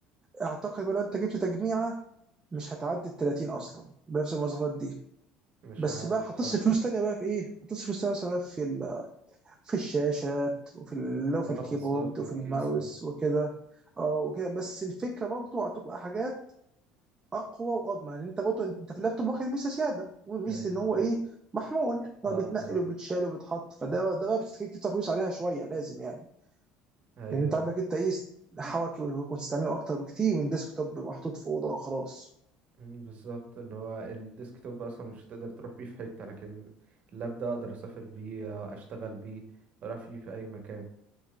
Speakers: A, on the right (about 25°); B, on the right (about 50°).
A: اعتقد بقى لو انت جبت تجميعه مش هتعدي ال 30 اصلا بنفس المواصفات دي
B: مش
A: بس
B: عارف
A: بقى هتصرف
B: بصراحة
A: فلوس تانية بقى في ايه؟ هتصرف فلوس تانية مثلا بقى في ال في الشاشات وفي ال- لو
B: اه
A: في الكيبورد
B: بالظبط
A: وفي
B: وكيسة
A: الماوس وكده اه وكده بس الفكره برضه هتبقى حاجات اقوى واضمن يعني انت برضه انت في اللابتوب واخد ميزه زياده وميزه
B: ايوه
A: ان هو
B: فاهم
A: ايه محمول ان
B: اه
A: هو بيتنقل
B: بالظبط
A: وبيتشال وبيتحط فده ده بقى بتخليك تدفع فلوس عليها شويه لازم يعني
B: ايوه
A: لان انت عندك انت ايه حواكي وتستعمله اكتر بكتير من ديسك توب محطوط في اوضه وخلاص
B: مم، بالظبط اللي هو الديسكتوب اصلا مش هتقدر تروح بيه في حتة لكن اللاب ده اقدر اسافر بيه آه، اشتغل بيه اروح بيه في اي مكان